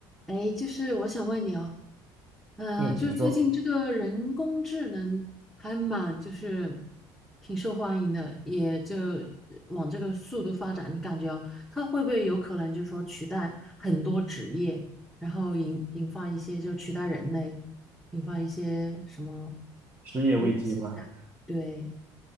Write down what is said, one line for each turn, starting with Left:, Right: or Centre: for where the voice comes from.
Centre: 哎，就是我想问你哦，嗯、
Right: 嗯，
Centre: 就是最近这个人工智能还蛮就是
Right: 你说
Centre: 挺受欢迎的，也就往这个速度发展，你感觉哦，它会不会有可能就是说取代很多职业，然后引引发一些就取代人类，引发一些什么
Right: 失业危机吗？
Centre: 危机感？对，